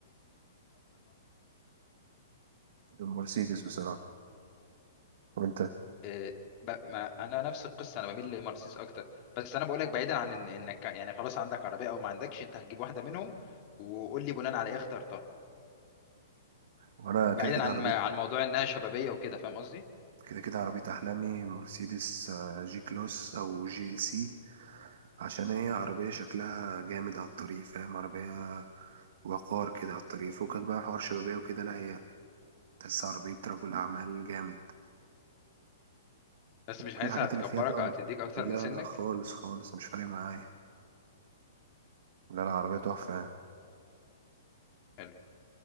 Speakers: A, on the right (about 65°); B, on the left (about 40°).
A: المرسيدس بصراحة وأنت
B: آه، ب... ما انا نفس القصه انا بميل لمرسيدس اكتر بس انا بقول لك بعيدا عن إن... انك يعني خلاص عندك عربيه او ما عندكش انت هتجيب واحده منهم وقول لي بناء على ايه اخترتها
A: وأنا
B: بعيدا
A: كده كده
B: عن
A: عربيتي
B: ما... عن موضوع انها شبابيه وكده فاهم قصدي
A: كده كده عربية أحلامي مرسيدس آه، جي كلاس أو جي ال سي عشان هي عربية شكلها جامد على الطريق فاهم عربية وقار كده على الطريق فوقك بقى حوار شبابية وكده لا هي تحس عربية رجل أعمال جامد
B: بس مش
A: كل
B: حاسسها
A: الحاجات
B: هتكبرك
A: اللي فيها بقى
B: او هتديك اكتر
A: لا
B: من سنك
A: لا خالص خالص مش فارق معايا لا لا عربية تحفة يعني
B: حلو